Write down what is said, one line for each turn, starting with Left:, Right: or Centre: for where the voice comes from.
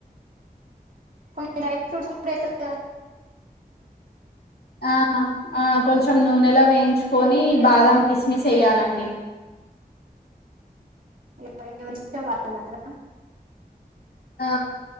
Right: కొన్ని డ్రై ఫ్రూట్స్ కూడా యస్తారు
Left: ఆ ఆ కొంచెం నూనెలో వేయించుకొని బాదం కిస్మిస్ ఎయ్యాలండి
Right: ఇ ఎవరిష్టం వాళ్ళదంట కదా
Left: ఆ